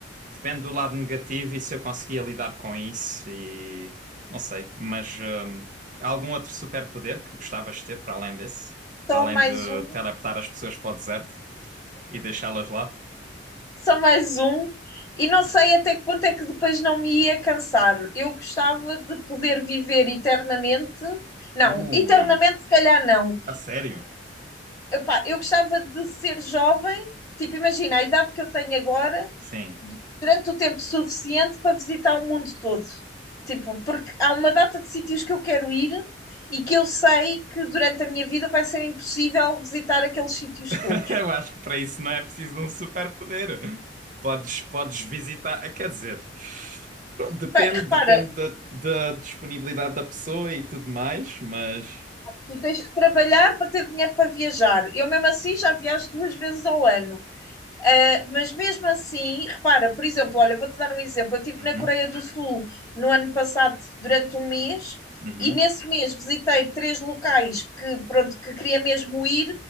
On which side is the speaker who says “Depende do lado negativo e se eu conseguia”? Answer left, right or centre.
Right